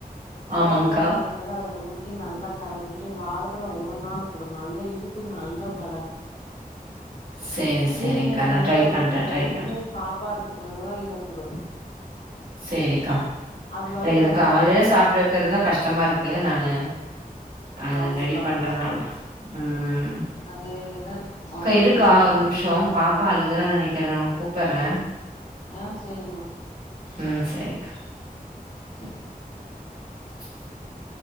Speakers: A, on the right; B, on the left.
A: ஆமாங்க்கா
B: தேங்கா பாலூங் கூட அதுல ஊத் நல்லா கெளறிட்டு வாரத்துல ஒரு நாள் குடு நல்ல இடுப்புக்கு நல்ல பெலன்
A: சேரி சேரிங்க்கா
B: ஈவ்னிங்
A: நா
B: வந்து
A: ட்ரை
B: அவளுக்கு
A: பண்றே ட்ரை
B: வந்துட்டு
A: பண்றே
B: சாப்பாடுக்கு பொதுவா இத குடு
A: சேரிக்கா
B: அது வலுவலுன்லா
A: எனக்கு இந்த காலேல
B: இருக்காது
A: சாப்ட வெக்றத்தா கஷ்டமா ருக்கு நானு அது
B: காலைல
A: ரெடி
B: சாப்பட்றதா
A: பண்றதா அவ்ளா உம்
B: அது என்னன் ஆ
A: க்கா இருக்கா
B: நீங்க
A: ஒரு
B: அன்னைக்கு
A: நிம்ஷ்ஷொ
B: குடு
A: பாப்பா அழுகுற நெனக்கிறே நா ஒனக் கூப்புற்றே
B: ஆ சேரிமா
A: உம் சேரிக்கா
B: <inaudible>
A: <inaudible>